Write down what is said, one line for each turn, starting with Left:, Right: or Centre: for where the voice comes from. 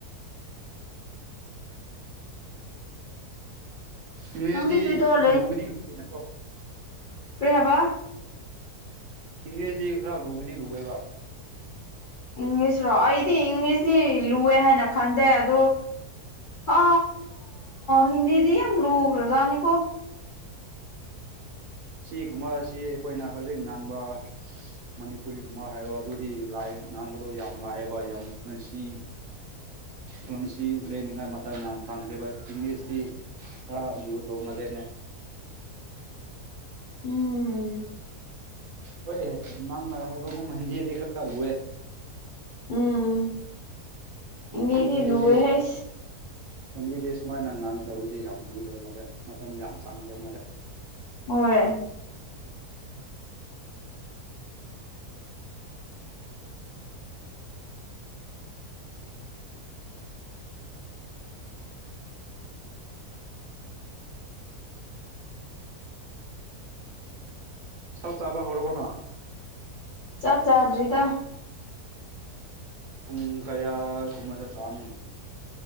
Right: ꯃꯪꯂꯦꯖꯗꯤ
Left: ꯅꯪꯗꯤ ꯀꯔꯤ ꯇꯧꯔ
Right: ꯂꯨꯕꯗꯤ ꯂꯨꯌꯦꯅꯀꯣ
Left: ꯀꯩ ꯍꯥꯏꯕ
Right: ꯏꯪꯂꯤꯁꯗꯤ ꯈꯔ ꯂꯨꯕꯗꯤ ꯂꯨꯋꯦꯕ
Left: ꯏꯪꯂꯤꯁꯔꯣ ꯑꯩꯗꯤ ꯏꯪꯂꯤꯁꯗꯤ ꯂꯨꯑꯦ ꯍꯥꯏꯅ ꯈꯟꯗꯦ ꯑꯗꯣ ꯍꯥ.... ꯍꯤꯟꯗꯤꯗꯤ ꯌꯥꯝ ꯂꯨꯒ꯭ꯔꯥꯖꯥꯅꯤꯀꯣ
Right: ꯁꯤꯒꯨꯝꯕꯁꯤ ꯑꯩꯈꯣꯏꯅ ꯍꯧꯖꯤꯛ ꯉꯥꯡꯕ ꯃꯅꯤꯄꯨꯔꯤꯒꯨꯝꯕ ꯍꯥꯏꯔꯣ ꯑꯗꯨꯗꯤ ꯂꯥꯏ ꯉꯥꯡꯕꯗꯣ ꯌꯥꯝ ꯂꯥꯛꯑꯦꯕ ꯌꯥꯝ ꯅꯁꯤ
Left: <unintelligible> <inaudible>
Right: <unintelligible> ꯂꯩꯅꯤꯡꯉꯥꯏ ꯃꯇꯝ ꯌꯥꯝ ꯐꯪꯗꯦꯕ ꯏꯪꯂꯤꯁꯇꯤ ꯈꯔ ꯂꯨ ꯇꯧꯃꯜꯂꯦꯅꯦ
Left: ꯎꯝ
Right: ꯍꯣꯏꯍꯦ ꯅꯪ ꯅ ꯍꯥꯏꯕꯒꯨꯝ ꯍꯟꯖꯤꯗꯤ ꯈꯔ ꯂꯨꯑꯦ
Left: ꯎꯝ ꯏꯟꯗꯤꯗꯤ
Right: ꯍꯤꯟꯗꯤꯗꯤ
Left: ꯂꯨꯋꯦ ꯍꯥꯏ
Right: ꯍꯤꯟꯗꯤꯗꯤ ꯁꯨꯃꯥꯏꯅ ꯉꯥꯡꯒꯗꯕꯗꯤ ꯌꯥꯝ ꯂꯨꯗꯧ ꯃꯥꯜꯂꯦ ꯃꯇꯝ ꯌꯥꯝ ꯆꯥꯡꯒꯗꯧ ꯃꯥꯜꯂꯦ
Left: ꯍꯣꯏ
Right: ꯆꯥꯛ ꯆꯥꯕ ꯍꯧꯔꯕꯣ ꯅꯪ
Left: ꯆꯥꯛ ꯆꯥꯗ꯭ꯔꯤꯗ
Right: ꯄꯨꯡ ꯀꯌꯥ ꯒꯨꯝꯕꯗ ꯆꯥꯅꯤ